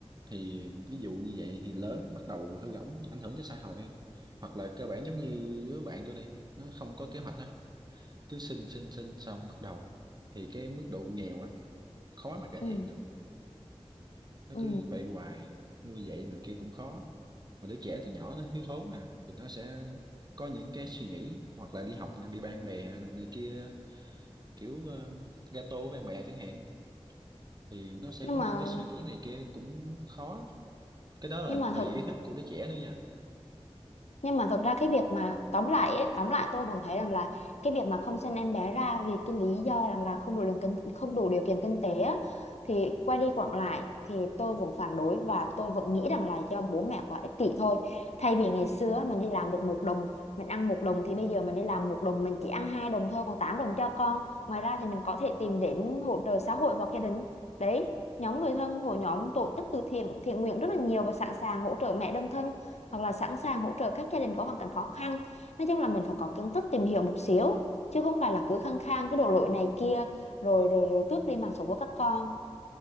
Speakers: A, on the right (about 40°); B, on the left (about 85°).
A: thì ví dụ như vậy thì lớn bắt đầu hư hỏng ảnh hưởng cho xã hội hoặc là cơ bản giống như đứa bạn tôi đây nó không có kế hoạch á cứ sinh sinh sinh xong bắt đầu thì cái mức độ nghèo á khó mà cải
B: ừ
A: thiện được nó
B: ừ
A: cứ vậy hoài nuôi dạy nữa kia cũng khó mà đứa trẻ từ nhỏ nó thiếu thốn nè thì nó sẽ có những cái suy nghĩ hoặc là đi học nè, bị bạn bè này kia kiểu um, gato với bạn bè chẳng hạn thì nó sẽ
B: nhưng
A: có những
B: mà
A: cái suy nghĩ này kia cũng khó cái đó là
B: nhưng mà
A: tùy
B: thật
A: ý thức của đứa trẻ nữa nha
B: nhưng mà thực ra cái việc mà tóm lại ấy, tóm lại tôi vẫn thấy rằng là cái việc mà không sinh em bé ra vì cái lý do rằng là không đủ điều kiện không đủ điều kiện kinh tế á, thì quay đi quẩn lại thì tôi vẫn phản đối và tôi vẫn nghĩ rằng là do bố mẹ quá ích kỷ thôi thay vì ngày xưa á, mình đi làm được một đồng mình ăn một đồng thì bây giờ mình đi làm một đồng mình chỉ ăn hai đồng thôi còn 8 đồng cho con ngoài ra thì mình có thể tìm đến hỗ trợ xã hội hoặc gia đình đấy nhóm người thân hội nhóm tổ chức từ thiện thiện nguyện rất là nhiều và sẵn sàng hỗ trợ mẹ đơn thân hoặc là sẵn sàng hỗ trợ các gia đình có hoàn cảnh khó khăn nói chung là mình phải có kiến thức tìm hiểu một xíu chứ không phải là cứ khăng khăng cái đổ lỗi này kia rồi rồi rồi tước đi mạng sống của các con